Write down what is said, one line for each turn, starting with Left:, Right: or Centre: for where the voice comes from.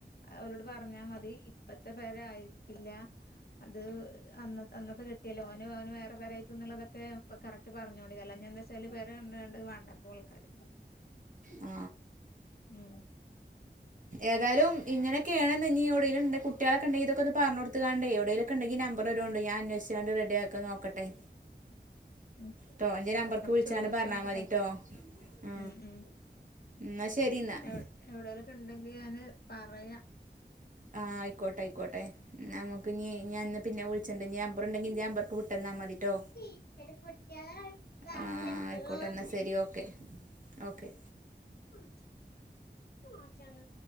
Left: അവരോട് പറഞ്ഞാ മതി ഇപ്പത്ത പേര ആയിരിക്കില്ല അത് അന്ന അന്നത്തെ കിട്ടിയല്ലോ ഓനും അവന വേ ഇ പരന്നുള്ളതൊക്കെ കറക്ട് പറഞ്ഞോണ്ടിക്കല്ലന്താ വെച്ചാല് പെരെ കണ്ട കണ്ടത് വേണ്ടപ്പോ ആൾക്കാര്
Right: ആ
Left: ഉം
Right: ഏതായാലും ഇങ്ങനെക്കെണെന്ന് ഇനി എവിടെണ്ട് കുട്ട്യാളെക്കെണ്ടെങ്കിൽ ഇതൊക്കെന്ന് പറഞ്ഞൊടുത്തുകാണ്ടേ എവിടേലൊക്കെണ്ടെങ്കിൽ നമ്പറെരൊണ്ടു. ഞാൻ അന്വേഷി ചാണ്ട് റെഡി ആക്കാൻ നോക്കട്ടെ
Left: ഉ,
Right: ട്ടോ എൻ്റെ നമ്പർക്ക് വിളിച്ചാണ്ട്
Left: ചോദിച്ചോോക്കട്ടെ
Right: പറഞ്ഞാൽ മതിട്ടോ ആ
Left: ഉ- ഉ
Right: എന്നാൽ ശരി എന്നാൽ
Left: എവ് എവിടെലൊക്കെ ണ്ടെങ്കിൽ ഞാാന് പറയാ-
Right: ആഹ ഐക്കോട്ടയ്ക്കോട്ടെ നമുക്ക്ഞ് ഞാന്ന് പിന്നെ വിളിച്ചണ്ട് ഞ്ഞം മ്പർ ണ്ടെങ്കിൽന്തന്റെമ്പേർക്ക്
Left: ഉം
Right: വിട്ടന്നാൽ മതി ട്ടോ
Left: ടീച്ചർ കുട്ടികളെ ക്ലാസ്സിൽ
Right: ആ
Left: എപ്പോഴും
Right: ആയിക്കോട്ടൊൽ ശരി ഓക്കെ- ഓക്കെ
Left: <unintelligible> പൊ അച്ചാ ന്ന്